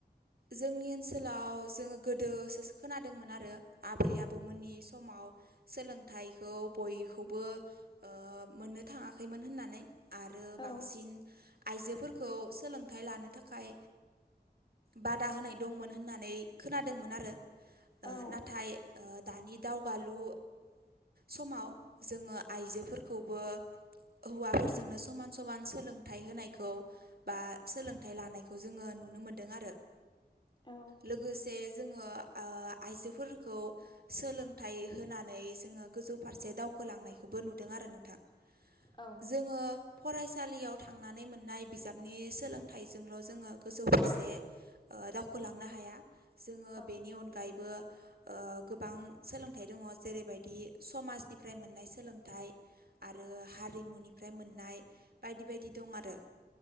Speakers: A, on the right; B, on the left.
A: जोंनि ओनसोलाव जोंङो गोदोसोसो खोनादोंमोन आरो आबै आबौ आबौमोननि समाव सोलोंथाइखौ बयखौबो ओ मोननो थांङाखैमोन होननानै आरो बांसिन
B: औ
A: आइजोफोरखौ सोलोंथाइ लानो थाखाय बादा होनाय दंमोन होननानै खोनादोंमोन आरो
B: औ
A: नाथाय दानि दावगालु समाव जोंङो आइजोफोरखौबो हौवाफोरजोंनो समान समान सोलोंथाइ होनायखौ। बा सोलोंथाइ लानायखौ जोंङो नुनो मोनदों आरो।
B: औ
A: लोगोसे जोंङो ओ आइजोफोरखौ सोलोंथाइ होनानै जोंङो। गोजौ फारसे दावखोलांनायखौबो नुदों आरो नोंथां।
B: औ
A: जोंङो फरायसालियाव थांनानै मोननाय बिजाब। नि सोलोंथाइजोंल' जोंङो गोजौ फारसे दावखोलांनो हाया। जोंङो
B: औ
A: बेनि अनगायैबो गोबां सोलोंथाइ दंङ जेरैबायदि समाजनिफ्राय मोननाय सोलोंथाइ। आरो हारिमुनिफ्राय मोननाय बायदि बायदि दं आरो